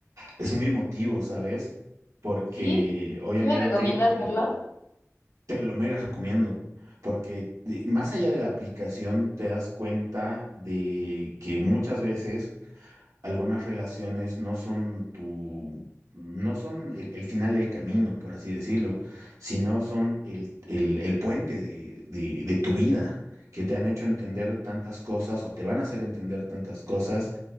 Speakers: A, on the right; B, on the left.
A: Es muy emotivo, ¿sabes? Porque
B: ¿Sí?
A: obviamente
B: ¿Sí me recomiendas
A: eh,
B: verlo?
A: te lo mega recomiendo, porque de- más allá de la aplicación te das cuenta de que muchas veces algunas relaciones no son tu, no son el, el final del camino, por así decirlo, sino son el, el- el puente de, de de tu vida, que te han hecho entender tantas cosas o te van a hacer entender tantas cosas